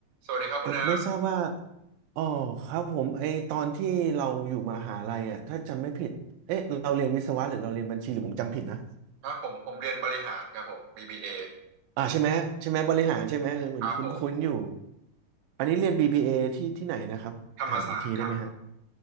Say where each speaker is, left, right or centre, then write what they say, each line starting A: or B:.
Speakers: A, on the right; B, on the right.
A: สวัสดีครับคุณนา
B: ไม่ไม่ทราบว่าอ๋อครับผมไอตอนที่เราอยู่มหาลัยอ่ะถ้าจำไม่ผิดเอ๊ะเราเรียนวิศวะหรือเราเรียนบัญชีหรือผมจำผิดนะ
A: ครับผมผมเรียนบริหารครับผม BBA
B: อ่าใช่ไหมใช่ไหม บริหารใช่ไหมเออเหมือนคุ้นๆอยู่
A: ครับผม
B: อันนี้เรียน BBA ที่ที่ไหนนะครับถามอีกทีได้ไหมฮะ
A: ธรรมศาสตร์ครับผม